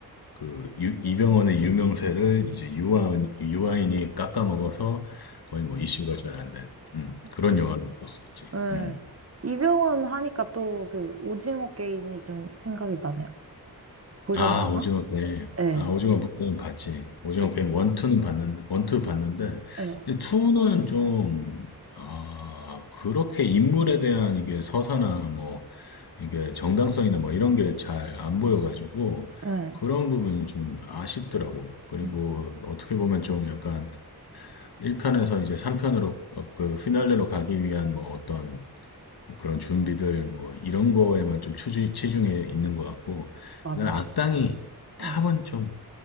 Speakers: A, on the left; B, on the right.
A: 그, 유- 이병헌의 유명세를 이제 유아인, 유아인이 깎아먹어서 거의 뭐 이슈가 잘 안 된, 음, 그런
B: 그,
A: 영화를 볼 수 있지.
B: 네.
A: 음.
B: 이병헌 하니까 또 그 오징어 게임이 좀 생각이 나네요. 보셨나요?
A: 아, 오징어 게임.
B: 예.
A: 아, 오징어 게임 봤지. 오징어
B: 그,
A: 게임 원투는 봤는데, 원투 봤는데,
B: 예.
A: 투는 좀, 아, 그렇게 인물에 대한 이게 서사나 뭐, 이게 정당성이나 뭐 이런 게 잘 안 보여가지고,
B: 응,
A: 그런 부분이 좀 아쉽더라고. 그리고
B: 음,
A: 어떻게 보면 좀 약간 1편에서 이제 3편으로 그 피날레로 가기 위한 뭐 어떤 그런 준비들 뭐 이런 거에만 좀추 치중해 있는 것 같고
B: 맞아요.
A: 그다음에 악당이 탑은
B: 응,
A: 좀